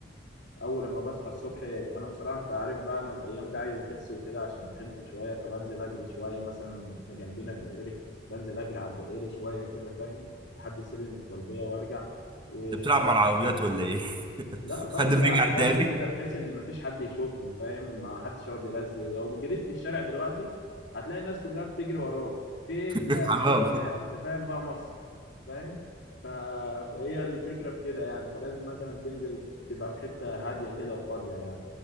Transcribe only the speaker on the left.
اول لما بصحى الصبح انا بصراحه انت عارف بقى انا الايام دي عايز اخس وكده عشان خنت شويه فبنزل اجري شويه مثلا احنا جنبنا الدائري بنزل اجري على الدائري شويه كده فاهم لحد سلم الطلبيه وارجع ولا
برجع
على
جنب
كده بحيث ان مفيش حد يشوفني فاهم ما حدش يقعد يرزق لو جريت في الشارع دلوقتي هتلاقي الناس كلها بتجري وراه في إيه؟
في
حدود خناقه انت فاهم بقى مصر فاهم ف- فهي الفكره في كده يعني فلازم مثلا تنزل تبقى في حته هاديه كده وفاضيه يعني